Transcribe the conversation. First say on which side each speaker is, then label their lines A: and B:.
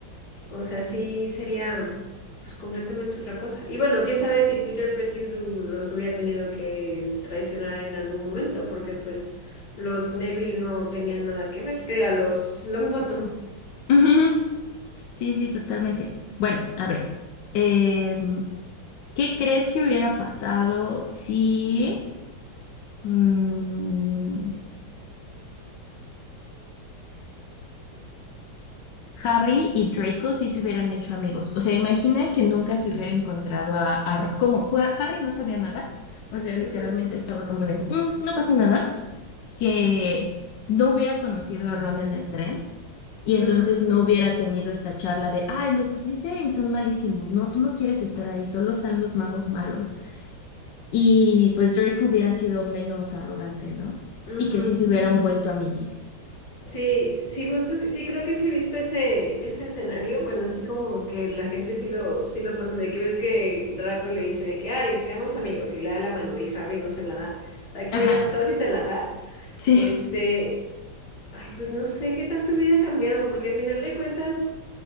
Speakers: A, on the left; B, on the left.
A: O sea, sí sería pues completamente otra cosa. Y bueno, quién sabe si Peter Pettigrew los hubiera tenido que traicionar en algún momento, porque pues los Neville no tenían nada que ver. Que diga, los Longbottom.
B: Ujú. Sí, sí, totalmente. Bueno, a ver, em, ¿qué crees que hubiera pasado si mm, Harry y Draco sí se hubieran hecho amigos? O sea, imagina que nunca se hubiera encontrado a, a Ro- como Har- Harry no sabía nada, o sea,
A: Ajá,
B: literalmente estaba como de, "Mm, no pasa nada, que no hubiera conocido a Ron en el tren Y entonces
A: ajá,
B: no hubiera tenido esta charla de, ay, los Slytherin son malísimos, no, tú no quieres estar ahí, solo están los magos malos. Y pues Draco hubiera sido menos arrogante, ¿no?
A: ujú.
B: Y que sí se hubieran vuelto amiguis.
A: Sí, sí, justo, sí, sí, creo que sí he visto ese, ese escenario, bueno, así como que la gente sí lo, sí lo pone, de que ves que Draco le dice de que, ay, seamos amigos, y le da la mano, y Harry no se la da, o sea, ¿qué
B: Ajá,
A: hubiera pasado si se la da?
B: sí.
A: Este, ay, pues no sé qué tanto hubiera cambiado, porque al final de cuentas...